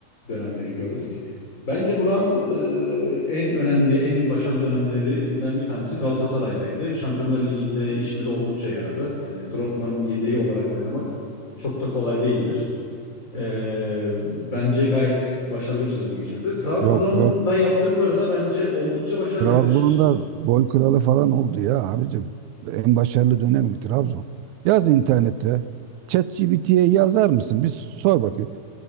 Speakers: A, on the left; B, on the right.
A: dönemleri gördük. Bence Burak'ın e, en önemli, en başarılı dönemlerinden bir tanesi Galatasaray'daydı. Şampiyonlar Ligi'nde işimiz oldukça yaradı. Yani Drogba'nın yedeği olarak oynamak çok da kolay değildir. E, bence gayet başarılı bir sezon geçirdi. Trabzon'da
B: Yok yok.
A: yaptıkları da bence oldukça başarılıydı
B: Trabzon'da
A: açıkçası Burak'ın.
B: gol kralı falan oldu ya abicim. En başarılı dönemi Trabzon. Yaz internette. ChatGPT'ye yazar mısın? Bir sor bakayım.